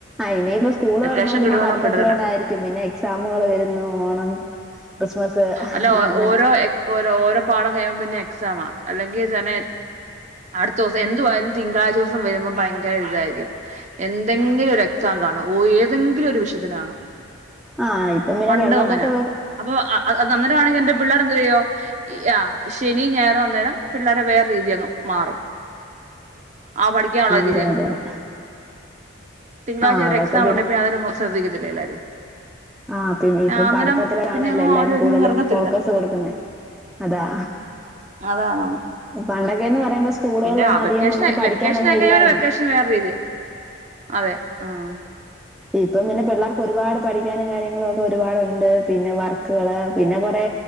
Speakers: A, in the centre; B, on the right.
A: ഐനിപ്പൊ സ്കൂളൊർന്നാ
B: വെക്കേഷൻ
A: പിന്നെ
B: കിട്ടുന്നോടം
A: പഠിത്തത്തിലോട്ടായിരിക്കും
B: കിട്ടത്തില്ല
A: പിന്നെ എക്സാമുകള് വരുന്നു ഓണം ക്രിസ്മസ്
B: അല്ല
A: അങ്ങനെ
B: ഓരോ ഓ ഓരോ പാഠം കഴിയുമ്പോ പിന്നെ എക്സാമ അല്ലെങ്കി തന്നെ അടുത്തോസം എന്തുവായാലും തിങ്കളാഴ്ചോസം വരുമ്പൊ ഭയ ങ്കര ഇതായിരിക്കും എന്തെങ്കിലൊരു എക്സാം കാണും ഏതെങ്കിലൊരു വിഷയത്തില് കാണും
A: ആഹ് ഇപ്പൊ ഇങ്ങനെ
B: പണ്ടും
A: വെള്ളപ്പൊക്കൊ
B: അങ്ങനാ അപ്പൊ അന്നെരാണെങ്കി എന്റെ പിള്ളാരെ എന്തിരീയ്യൊ ആഹ് ശനിം ഞായറും അന്നെരം പിള്ളാരെ വേറെ രീതിയങ്ങ് മാറും ആഹ് പഠിക്കാള്ള രീതി
A: അതെ
B: അങ്
A: അതെ
B: പോവും
A: അതെ
B: തിങ്കളാഴ്ച
A: ആഹ്
B: ഒരു
A: അവർക്ക്
B: എക്സാമുണ്ട് പിന്നെ അതെരെ ശ്രദ്ധിക്കത്തില്ല എല്ലാരും
A: ആഹ് പിന്നെ ഇപ്പം
B: അന്നേരം
A: പഠിത്തത്തില് കാണല്ലെ
B: പിന്നെ അങ്ങും
A: എല്ലാരും
B: ആരും എങ്ങും
A: കൂടുതലും
B: ഇറങ്ങത്തില്ല
A: ഫോക്കസ് കൊടുക്കുന്നേ അതാ
B: അതാണ്
A: പണ്ടൊക്കേന്ന് പറയുമ്പൊ സ്കൂളുകളിലൊന്നു
B: പിന്നെ വെക്കേഷൻ
A: അധികം നമ്മക്ക് പഠിക്കാനൊന്നും
B: വെക്കേഷൻ ആയി കഴിഞ്ഞാ
A: ഇല്ലാരുന്നു
B: പിന്നെ വെക്കേഷൻ വേറെ രീതിയ അതെ ആഹ്
A: ഇപ്പം പിന്നെ പിള്ളാർക്ക് ഒരുപാട് പഠി ക്കാനും കാര്യങ്ങളൊക്കെ ഒരുപാടുണ്ട് പിന്നെ വർക്ക്കള് പിന്നെ കൊറേ